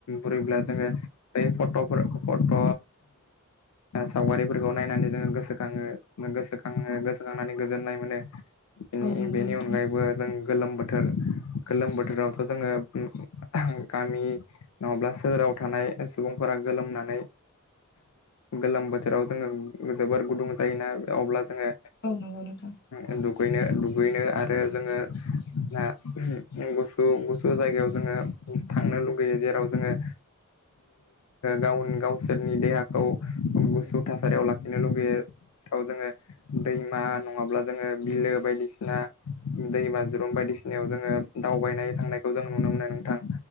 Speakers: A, on the left; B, on the left.
A: बुरैब्ला जोङो बै फट'फोर ओ फट' सावगारिफोरखौ नायनानै जोङो गोसो खांङो गोसोखाङो गोसोखांनानै गोजोननाय मोनो। बेनि
B: औ नंगौ
A: बेनि
B: नोंथां
A: अनगायैबो जों गोलोम बोथोर गोलोम बोथोरावथ' जोङो उम गामि नङाब्ला सोहोराव थानाय सुबुंफोरा गोलामनानै गोलोम बोथोराव जोंङो जोबोर गुदुं जायोना अब्ला जोङो
B: औ नंगौ नोंथां
A: उम दुगैनो दुगैनो आरो जोङो ना गुसु गुसु जायगायाव जोङो थांनो लुगैयो जेराव जोङो। गाव गावसोरनि देहाखौ गुसु थासारियाव लाखिनो लुगैयो। थ' जोङो दैमा नङाब्ला जोङो बिलो बायदिसिना दै बाज्रुम बायदिसिनायाव जोङो दावबायनाय थांनायखौ जों नुनो मोनो नोंथां।